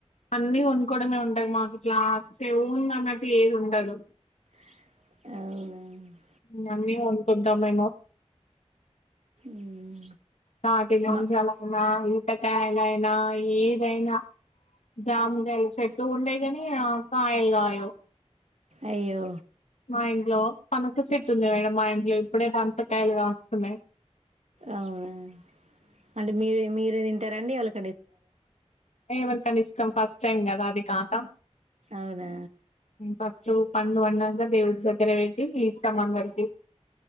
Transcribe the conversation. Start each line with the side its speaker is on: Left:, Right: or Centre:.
Left: అన్నీ కొనుకోవడమే ఉంటది మాకు ఇట్లా చె ఉంద అన్నట్టు ఏది ఉండదు
Right: అవు
Left: ఇగ అన్నీ అనుకుంటాంమ్ ఏమో
Right: మ్మ్.
Left: కాట <inaudible>
Right: మా
Left: న్నా అనుకున్నా ఈతకాయల్ అయినా ఏ దైనా జాముగాయలు చెట్టు ఉండయి గాని ఆ కాయల్ గాయవు
Right: అయ్యో
Left: మా ఇంట్లో పనస చెట్టు ఉంది మేడంమ్ మా ఇంట్లో ఇప్పుడే పనసకాయలు కాస్తున్నాయి
Right: అవును అంటే మీరే మీరే తింటారఅండి వాళ్ళకి
Left: ఎవరికని ఇస్తాం ఫస్ట్ టైమ్ కదా అది ఖాతా
Right: అవునా
Left: ఫస్టూ పన్ను వన్నాగా దేవుడి దగ్గర వేసి ఇస్తాం అందరికి